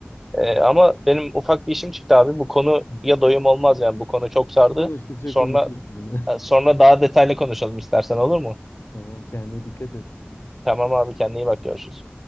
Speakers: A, in the centre; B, on the left.
A: Ee, ama benim ufak bir işim çıktı abi. Bu konu
B: Hı hı.
A: ya doyum olmaz yani bu konu çok sardı.
B: Konuştukça
A: Sonra
B: konuşuruz bunu.
A: sonra daha detaylı konuşalım istersen olur mu?
B: <laughs> Tamam kendine dikkat et.
A: Tamam abi kendine iyi bak görüşürüz.